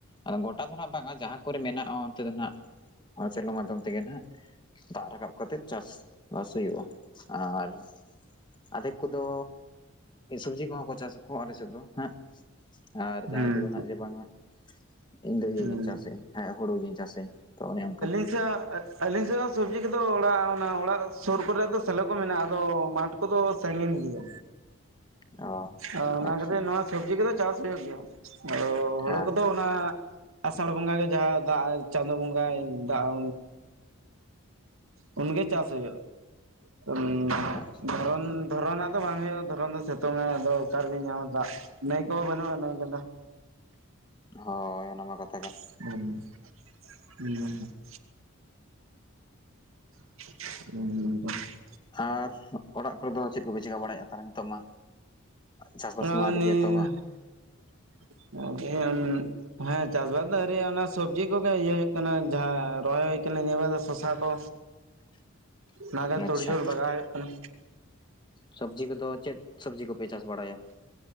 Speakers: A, on the left; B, on the right.
A: ᱟᱫᱚ ᱜᱚᱴᱟ ᱫᱚ ᱱᱟᱜ ᱵᱟᱝᱟ ᱡᱟᱦᱟᱸ ᱠᱚᱨᱮ ᱢᱮᱱᱟᱜ-ᱟ ᱚᱱᱛᱮ ᱫᱚ ᱱᱟᱜ ᱥᱮᱞᱚ ᱢᱟᱫᱽᱫᱷᱚᱢ ᱛᱮᱜᱮ ᱱᱟᱜ᱾ ᱫᱟᱜ ᱨᱟᱠᱟᱵ ᱠᱟᱛᱮᱫ ᱪᱟᱥ ᱵᱟᱥ ᱦᱩᱭᱩᱜ-ᱟ ᱟᱨ ᱟᱫᱷᱮᱠ ᱠᱚᱫᱚ ᱥᱚᱵᱽᱡᱤ ᱠᱚᱦᱚᱸ ᱠᱚ ᱪᱟᱥᱟᱠᱚ ᱟᱞᱮ ᱥᱮᱫ ᱫᱚ ᱦᱟᱸᱜ, ᱟᱨ
B: ᱦᱩᱸ
A: ᱡᱟᱦᱟᱸᱭ ᱠᱚᱫᱚ ᱱᱟᱜ ᱡᱮ ᱵᱟᱝᱟ ᱤᱧ ᱫᱚ ᱤᱭᱟᱹ
B: ᱦᱩᱸ
A: ᱜᱤᱧ ᱪᱟᱥᱟᱹᱧ, ᱦᱮᱸ ᱦᱩᱲᱩ ᱜᱤᱧ ᱪᱟᱥᱟᱹᱧ ᱛᱚ ᱚᱱᱮ ᱚᱝᱠᱟ᱾
B: ᱡᱟᱻ ᱮ ᱟᱹᱞᱤᱧ ᱥᱮᱫ ᱦᱚᱸ ᱥᱚᱵᱡᱤ ᱠᱚᱫᱚ ᱚᱲᱟᱜ ᱚᱲᱟᱜ ᱥᱩᱨ ᱠᱚᱨᱮ ᱫᱚ ᱥᱮᱞᱚ ᱠᱚ ᱢᱮᱱᱟᱜ-ᱟ ᱟᱫᱚ ᱢᱟᱴᱷ ᱠᱚᱫᱚ ᱥᱟᱺᱜᱤᱧ ᱜᱮᱭᱟ᱾
A: <inaudible>
B: ᱚ, ᱚᱱᱟ
A: ᱟᱪᱪᱷᱟ
B: ᱠᱟᱛᱮᱫ ᱱᱚᱣᱟ ᱥᱚᱵᱡᱤ ᱠᱚᱫᱚ ᱪᱟᱥ ᱦᱩᱭᱩᱜ ᱜᱮᱭᱟ᱾ ᱟᱫᱚ ᱦᱩᱲᱩ
A: ᱦᱮᱸ
B: ᱠᱚᱫᱚ ᱚᱱᱟ ᱟᱥᱟᱲ ᱵᱚᱸᱜᱟ ᱜᱮ ᱡᱟᱦᱟᱸ ᱫᱟᱜ ᱪᱟᱸᱫᱚ ᱵᱚᱸᱜᱟᱭ ᱫᱟᱜ <unintelligible> ᱩᱱᱜᱮ ᱪᱟᱥ ᱦᱩᱭᱩᱜ-ᱟ᱾ ᱩᱸᱻ
A: ᱟᱪᱪᱷᱟ᱾
B: ᱫᱷᱚᱨᱚᱱ, ᱫᱷᱚᱨᱚᱱᱟᱜ ᱫᱚ ᱵᱟᱝ ᱦᱩᱭᱩᱜ-ᱟ ᱫᱷᱚᱨᱚᱱ ᱫᱚ ᱥᱤᱛᱩᱝᱟᱭ ᱟᱫᱚ ᱚᱠᱟᱨᱮᱵᱤᱱ ᱧᱟᱢᱟ ᱫᱟᱜ? ᱱᱟᱹᱭ ᱠᱚ ᱵᱟᱹᱱᱩᱜ-ᱟ ᱱᱟᱹᱭ ᱜᱟᱰᱟ?
A: ᱦᱳᱭ ᱚᱱᱟᱢᱟ ᱠᱟᱛᱷ
B: <unintelligible> ᱦᱩᱸ᱾ <unintelligible>
A: ᱟᱨ ᱚᱲᱟᱜ ᱠᱚᱨᱮ ᱫᱚ ᱪᱮᱫ ᱠᱚᱯᱮ ᱪᱮᱠᱟ ᱵᱟᱲᱟᱭᱮᱜ-ᱟ ᱛᱟᱦᱞᱮ ᱱᱤᱛᱳᱜ ᱢᱟ? ᱪᱟᱥᱵᱟᱥ
B: ᱦᱚᱸ
A: ᱢᱟ ᱟᱹᱣᱨᱤ
B: ᱱᱤᱭᱟᱹᱻ <unintelligible>
A: ᱯᱮ ᱮᱛᱚᱦᱚᱵᱟ
B: ᱦᱮᱸ ᱪᱟᱥᱵᱟᱥ ᱫᱚ ᱟᱣᱨᱤᱭᱟᱜ-ᱟ, ᱚᱱᱟ ᱥᱚᱵᱽᱡᱤ ᱠᱚᱜᱮ ᱤᱭᱟᱹ ᱦᱩᱭᱩᱜ ᱠᱟᱱᱟ ᱡᱟᱸᱦᱟ ᱨᱚᱦᱚᱭ ᱦᱩᱭ ᱠᱟᱱᱟ ᱱᱤᱭᱟᱹ ᱵᱟᱨ ᱫᱚ ᱥᱚᱥᱟ ᱠᱚ᱾
A: <inaudible>
B: ᱚᱱᱟᱜᱮ
A: ᱟᱪᱪᱷᱟ
B: ᱛᱳᱲᱡᱳᱲ ᱵᱟᱜᱟᱣ ᱦᱩᱭᱩᱜ ᱠᱟᱱᱟ᱾
A: ᱥᱚᱵᱽᱡᱤ ᱠᱚᱫᱚ ᱪᱮᱫ ᱥᱚᱵᱡᱤ ᱠᱚᱯᱮ ᱪᱟᱥ ᱵᱟᱲᱟᱭᱟ?